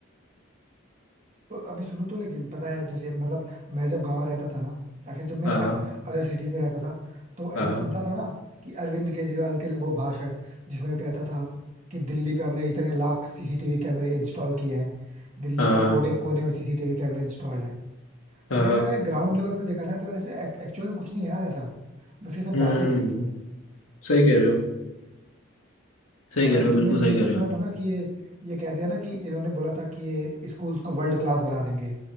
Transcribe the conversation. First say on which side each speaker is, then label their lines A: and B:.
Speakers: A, on the right; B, on the left.
A: तो अभी सुनो तो लेकिन पता है जैसे मतलब मैं जब गांव रहता था ना या फिर जब मैं
B: हाँ
A: इनफैक्ट
B: हाँ
A: अदर सिटीज में रहता था तो
B: हाँ
A: ऐसा सुनता था ना कि अरविंद केजरीवाल के वो भाषण जिसमें वो कहता था कि दिल्ली पे हमने इतने लाख सीसीटीवी कैमरे इंस्टॉल किए हैं दिल्ली
B: हाँ
A: के
B: हाँ
A: कोने कोने में सीसीटीवी कैमरे इंस्टॉल्ड है
B: हाँ
A: बट
B: हाँ
A: यहाँ पे मैंने ग्राउंड लेवल पे देखा ना तो यार ऐसे एक्चुअल में कुछ नहीं है यार ऐसा बस ये सब
B: हम्म
A: बातें थी
B: सही कह रहे हो सही
A: और
B: कह रहे हो
A: तुमने
B: बिल्कुल सही
A: न्यूज
B: कह
A: में
B: रहे
A: सुना
B: हो
A: था ना कि ये ये कहते हैं ना कि इन्होंने बोला था कि ये स्कूल्स को वर्ल्ड क्लास बना देंगे